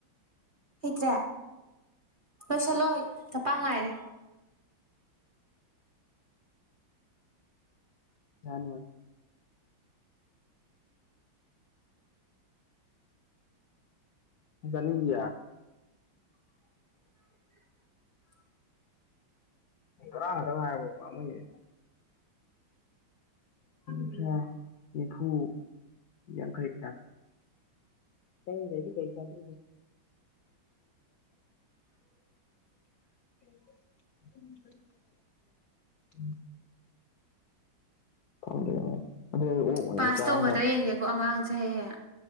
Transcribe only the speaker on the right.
ꯍꯩꯇ꯭ꯔꯦ ꯂꯣꯏꯁꯤꯜꯂꯣꯏ ꯇꯄ ꯉꯥꯏꯔꯦ
<inaudible>
<inaudible>
ꯄꯥꯁ
ꯇꯧꯒꯗ꯭ꯔꯥ ꯌꯦꯡꯒꯦꯀꯣ ꯑꯉꯥꯡꯁꯦ ꯍꯌꯦꯦ